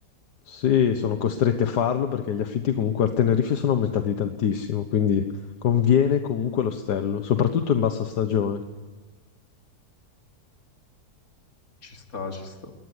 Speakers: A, on the left; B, on the left.
A: sì, sono costretti a farlo perché gli affitti comunque a Tenerife sono aumentati tantissimo, quindi conviene comunque l'ostello, soprattutto in bassa stagione.
B: ci sta, ci sta.